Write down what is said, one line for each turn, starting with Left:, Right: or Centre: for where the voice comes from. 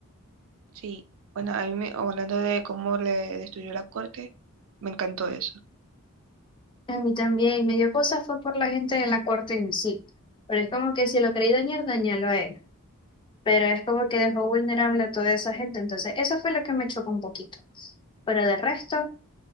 Right: Sí, bueno, a mí me- hablando de cómo le destruyó la corte, me encantó eso.
Left: A mí también me dio cosas fue por la gente de la corte en sí. Pero es como que si lo quería dañar, dañalo a él. Pero es como que dejó vulnerable a toda esa gente. Entonces, eso fue lo que me chocó un poquito. Pero de resto,